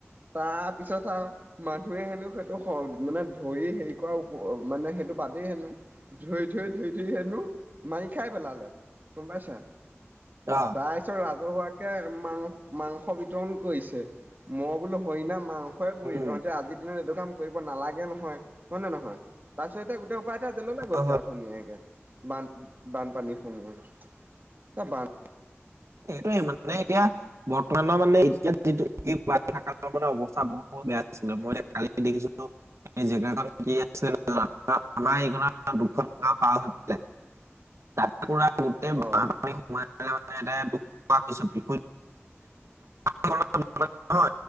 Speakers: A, on the right; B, on the right.
A: তা পিছত আও। মানুহে হেনো সেইটো মানে ধৰি হেৰি কৰা মানে সেইটো বাদেই হেনো। ধৈ ধৈ ধৈ ধৈ হেনো মাৰি খাই পেলালে গম পাইছা।
B: <unintelligible>
A: তাৰ পিছত ৰাজহুৱাকে মাং মাংস বিতৰণ কৰিছে মই বোলো হৰিণা মাং। খয় বুই
B: উম
A: তহঁতে আজিৰ দিনত এইটো কাম কৰিব নালাগে নহয় হয় নে নহয়। তাৰপিছত এতিয়া গোটেই সোপাই এতিয়া জেললৈ গৈছে
B: অ হয়।
A: আৰু ধুনীয়াকে বান। বানপানীসময়ত এ বান।
B: সেইটোয়ে মানে এতিয়া বৰ্তমানৰ মানে এতিয়া। এই <unintelligible> অৱস্থা বহুত বেয়া আছিলে মই এতিয়া কালি দেখিছিলো ন। জখন কি আছিল আমাৰ এই দুশ টকা পাৰ হৈ পিলে। <unintelligible>
A: অ'।
B: <unintelligible> লাগিছিলে